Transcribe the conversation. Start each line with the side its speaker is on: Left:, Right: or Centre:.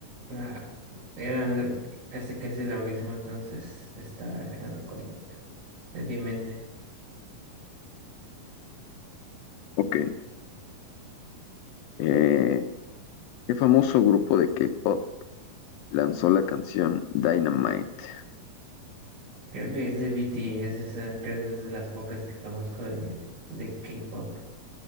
Right: la- eran casi casi lo mismo, entonces está en lo correcto. Es mi mente.
Left: Ok. Eh, ¿qué famoso grupo de K-pop lanzó la canción Dynamite?
Right: Creo que es de BTS, esa, creo que es de las pocas que conozco de, de K-pop.